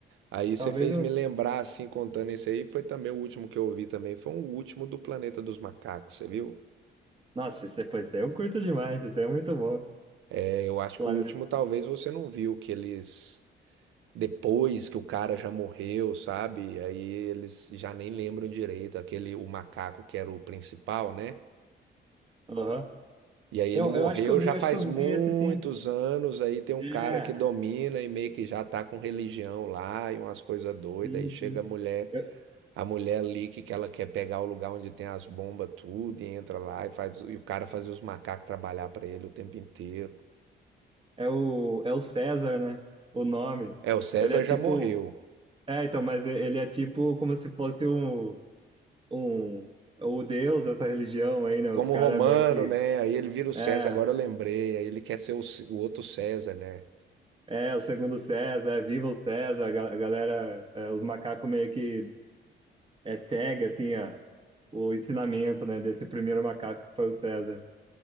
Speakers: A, on the right; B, on the right.
A: Aí
B: talvez
A: você fez
B: eu...
A: me lembrar, assim, contando esse aí, foi também o último que eu vi também, foi o último do Planeta dos Macacos, você viu?
B: Nossa, esse, pô, esse aí eu curto demais, esse aí é muito bom.
A: É, eu acho
B: Planeta.
A: que o último talvez você não viu, que eles, depois que o cara já morreu, sabe? Aí eles já nem lembram direito, aquele, o macaco que era o principal, né?
B: Aham.
A: E aí ele
B: Eu,
A: morreu
B: eu acho que eu vi,
A: já
B: eu
A: faz
B: acho que eu
A: muitos
B: vi esse sim.
A: anos, aí tem um
B: É,
A: cara que domina e meio que já tá com religião lá e umas coisas doidas,
B: sim,
A: aí chega
B: sim.
A: a mulher
B: Eu-
A: A mulher ali que, que ela quer pegar o lugar onde tem as bombas, tudo, e entra lá e faz. E o cara fazia os macacos trabalhar pra ele o tempo inteiro.
B: é o, é o César, né? O nome.
A: É, o César
B: Ele é tipo.
A: já morreu.
B: É, então, mas e- ele é tipo como se fosse um, um, o deus dessa religião aí, né?
A: Como
B: Os caras
A: romano,
B: meio que.
A: né? Aí ele vira o César,
B: É,
A: agora eu lembrei. Aí ele quer ser o, C- o outro César, né?
B: é, o segundo César, é viva o César, a ga- a galera, é, os macacos meio que é, segue, assim, a, o ensinamento, né? Desse primeiro macaco que foi o César.